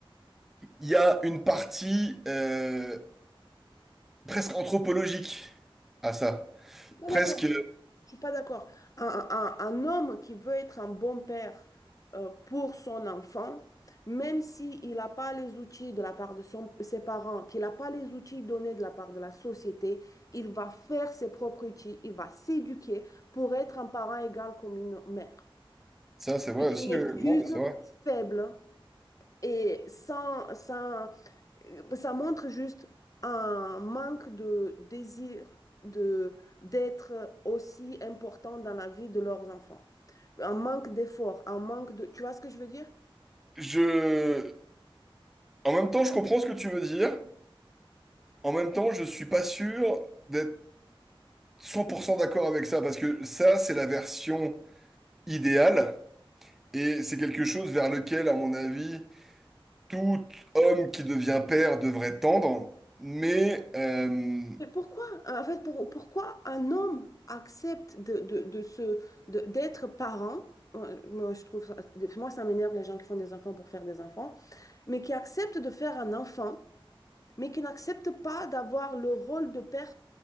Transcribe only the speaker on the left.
Je suis pas
d'accord. Je suis pas d'accord. Un, un- un homme qui veut être un bon père euh, pour son enfant, même s'il n'a pas les outils de la part de son- ses parents, qu'il n'a pas les outils donnés de la part de la société, il va faire ses propres outils, il va s'éduquer pour être un parent égal comme une mère.
C'est
une excuse
faible et sans, sans, euh, ça montre juste un manque de désir de d'être aussi important dans la vie de leurs enfants. Un manque d'effort, un manque de... Tu vois ce que je veux dire?
Mais pourquoi, en fait, pour- pourquoi un homme accepte de, de, de se, de- d'être parent? Euh, Moi, je trouve ça, moi, ça m'énerve les gens qui font des enfants pour faire des enfants, mais qui acceptent de faire un enfant mais qui n'acceptent pas d'avoir le rôle de père